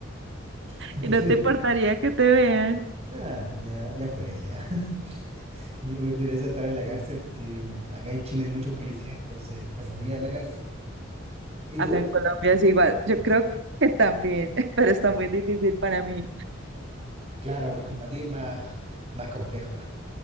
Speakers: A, on the right; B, on the right.
A: <laughs> prefiero
B: Y no te importaría que te vean.
A: Ah, ya, ya fue, ya. <laughs> Yo prefiero eso a estar en la cárcel, que acá en Chile hay muchos policías, entonces pasaría a la cárcel. ¿Y
B: Acá
A: tú?
B: en Colombia es igual. Yo creo que también, <laughs> pero está muy difícil para mí.
A: Claro, <laughs> para ti es más, más complejo.